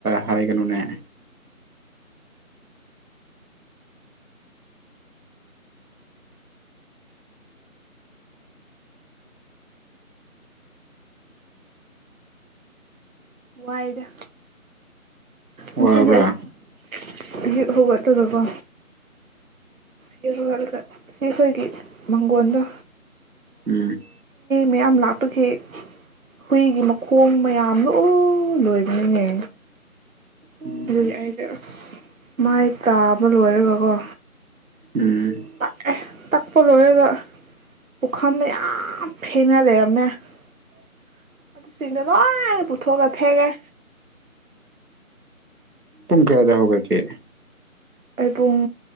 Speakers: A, on the right; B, on the right.
A: ꯍꯥꯏꯒꯅꯨꯅꯦ
B: ꯋꯥꯏꯗ ꯉꯁꯤꯗꯤ
A: ꯋꯥꯕ꯭ꯔ
B: ꯑꯩ ꯑꯁ ꯑꯌꯨꯛ ꯍꯧꯇꯒꯀꯣ ꯍꯥꯏ ꯍꯗ <unintelligible> ꯁꯤ ꯑꯩꯈꯣꯏꯒꯤ ꯃꯪꯒꯣꯟꯗ
A: ꯎꯝ
B: ꯃꯌꯥꯝ ꯂꯥꯛꯄꯒꯤ ꯍꯨꯏꯒꯤ ꯃꯈꯣꯡ ꯃꯌꯥꯝ ꯂ ꯂꯣꯏꯕꯅꯤꯅꯦ
A: ꯎꯝ
B: ꯑꯗꯨ ꯑꯩ ꯃꯥꯏ ꯀꯥꯞ ꯑꯃ ꯂꯣꯏꯔꯒꯀꯣ
A: ꯎꯝ
B: ꯇꯥꯛ ꯑꯦ ꯇꯥꯛꯄ ꯂꯣꯏꯔꯦꯒ ꯈ ꯌꯥꯝ ꯐꯦꯡꯅ ꯂꯩ <unintelligible> ꯑꯗꯨꯁꯤꯡꯗꯗ ꯂꯣꯏꯟ ꯄꯨꯊꯣ ꯀ ꯐꯦꯡꯉꯦ
A: ꯇꯨꯨꯝ ꯀꯥꯏꯗ ꯍꯧꯒ ꯀ
B: ꯑꯩ ꯄꯨꯡ